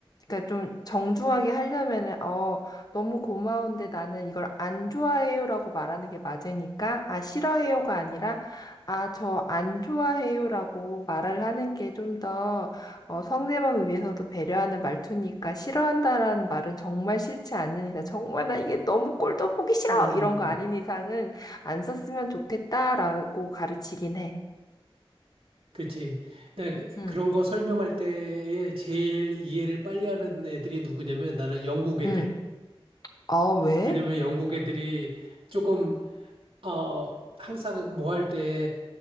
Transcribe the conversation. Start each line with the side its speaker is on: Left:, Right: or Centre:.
Left: 그러니까 좀 정중하게 하려면은 어 너무 고마운데 나는 이걸 안 좋아해요라고 말하는 게 맞으니까 아 싫어해요가 아니라 아 저 안 좋아해요라고 말을 하는 게 좀더 어, 상대방을 위해서도 배려하는 말투니까 싫어한다라는 말은 정말 싫지 않는 이상, 정말 나 이게 너무 꼴도 보기 싫어!
Right: 음.
Left: 이런 거 아닌 이상은 안 썼으면 좋겠다라고 가르치긴 해.
Right: 그치. 나 그-
Left: 응,
Right: 그런 거 설명할 때에 제일 이해를 빨리 하는 애들이 누구냐면 나는 영국 애들.
Left: 응. 아, 왜?
Right: 왜냐면 영국 애들이 조금, 어, 항상 뭐 할 때